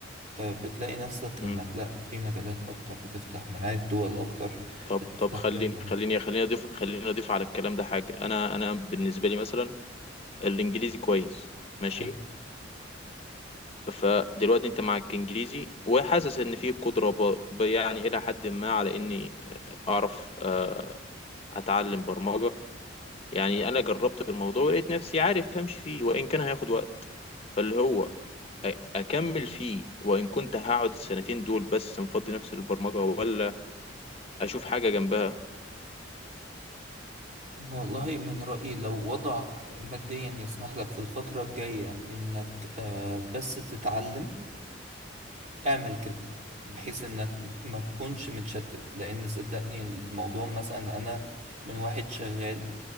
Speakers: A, on the right (about 40°); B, on the left (about 30°).
A: آه بتلاقي نفسك
B: مم.
A: إنك لأ في مجالات أكتر بتفتح معاك دول أكتر
B: طب
A: بتفتح
B: طب خليني
A: باب عليك
B: خليني خليني اضيف خليني اضيف على الكلام ده حاجه انا انا بالنسبه لي مثلا الانجليزي كويس ماشي
A: حلو
B: فدلوقتي انت معك انجليزي وحاسس ان في قدره ب... ب- يعني الى حد ما على اني اعرف آه، اتعلم برمجه يعني انا جربت الموضوع ولقيت نفسي عارف امشي فيه وان كان هياخد وقت فاللي هو أ- اكمل فيه وان كنت هقعد السنتين دول بس مفضي نفسي للبرمجه ولا اشوف حاجه جنبها
A: والله من رأيي لو وضعك ماديا يسمح لك في الفترة الجاية إنك آه، بس تتعلم اعمل كده بحيث إنك ما تكونش متشتت لأن صدقني الموضوع مثلا أنا من واحد شغال